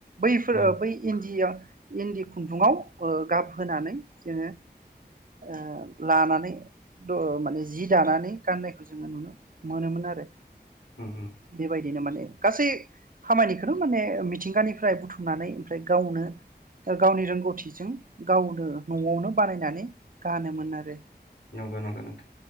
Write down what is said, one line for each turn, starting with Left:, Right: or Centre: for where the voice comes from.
Right: बैफोर
Left: औ
Right: ओ बै इन्दिया इन्दि खुन्दुङाव ओ गाब होनानै जोङो ओ लानानै द माने जि जानानै गाननायखौ जोङो नुनो मोनोमोन आरो
Left: उम
Right: बेबायदिनो माने गासै खामानिखौनो माने मिथिंगानिफ्राय बुथुमनानै ओमफ्राय गावनो गावनि रोंगौथिजों गावनो न'आवनो बानायनानै गानोमोन आरो
Left: नंगौ नंगौ नोंथां